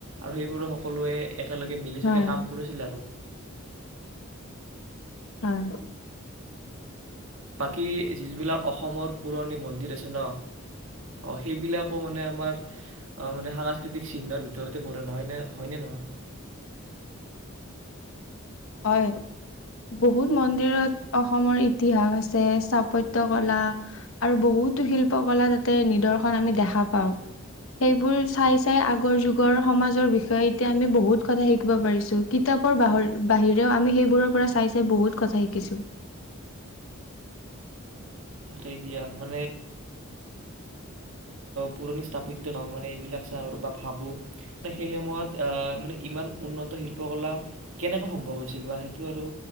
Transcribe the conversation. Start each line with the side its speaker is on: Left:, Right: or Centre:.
Right: আৰু সেইবোৰো সকলোৱে একেলগে মিলি
Left: হয়,
Right: জুলি কাম কৰিছিল আৰু
Left: হয়
Right: বাকি যিবিলাক অসমৰ পুৰণি মন্দিৰ আছে ন অ সেইবিলাকো মানে আমাৰ অ মানে সাংস্কৃতিক চিন্ধৰ ভিতৰত তে পৰে নহয় নে হয়নে নহয়
Left: হয় বহুত মন্দিৰত অসমৰ ইতিহাস আছে স্থাপত্য কলা আৰু বহুতো শিল্প কলা তাতে নিদৰ্শন আমি দেখা পাওঁ সেইবোৰ চাই চাই আগৰ যুগৰ সমাজৰ বিষয়ে এতিয়া আমি বহুত কথা শিকিব পাৰিছো কিতাপৰ বাহিৰেও আমি সেইবোৰৰ পৰা চাই চাই বহুত কথা শিকিছো
Right: তাকেই দিয়া মানে পুৰণি স্থাপত্য মানে এইবিলাক চা আৰু বা ভাবো ত সেই সময়ত আহ মানে ইমান উন্নতি শিল্পকলা কেনেকৈ সম্ভৱ হৈছিল বা সেইটো আৰু